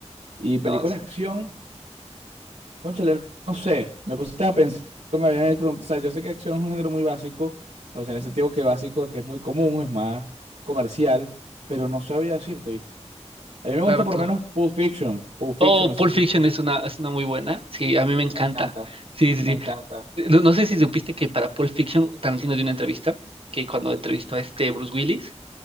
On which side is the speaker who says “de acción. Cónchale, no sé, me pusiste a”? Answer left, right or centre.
Right